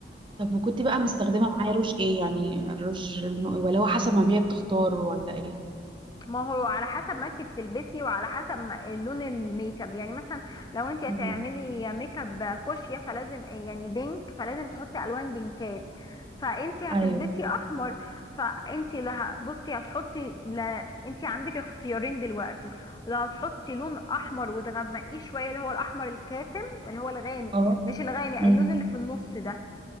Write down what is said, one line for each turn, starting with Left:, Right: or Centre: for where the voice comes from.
Right: طب وكنت بقى مستخدمه معايا روج ايه يعني الروج لونه ايه ولا هو حسب ما هي بتختار ولا ايه
Left: ما هو على حسب ما انت بتلبسي وعلى حسب ما- لون الميك اب يعني مثلا لو انت هتعملي
Right: مم.
Left: ميك اب فوشيا فلازم يعني بينك فلازم تحطي الوان بينكات فانت هتلبسي
Right: ايوه
Left: احمر فانت لا بصي هتحطي لا انت عندك اختيارين دلوقتي لا هتحطي لون احمر وتغمقيه شويه اللي هو الاحمر الكاتم اللي هو الغامق
Right: اه
Left: مش الغامق
Right: امم
Left: اللون اللي في النص ده